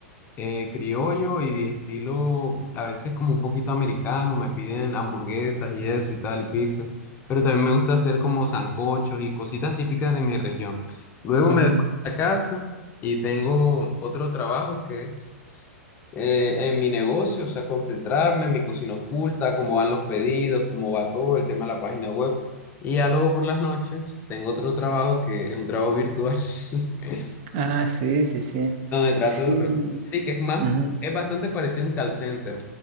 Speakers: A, on the left; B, on the right.
A: eh, criollo y estilo a veces como un poquito americano, me piden hamburguesas y eso y tal y pizzas, pero también me gusta hacer como sancochos y cositas típicas de mi región. Luego
B: ujú.
A: me devuelvo a la casa y tengo otro trabajo que es eh, en mi negocio, o sea, concentrarme en mi cocina oculta, cómo van los pedidos, cómo va todo el tema de la página web. Y ya luego por las noches tengo otro trabajo que es un trabajo virtual <laughs>
B: Ah, sí, sí, sí.
A: Donde trato
B: Sí.
A: de... re- Sí, que es más,
B: ujú,
A: es bastante parecido a un call center,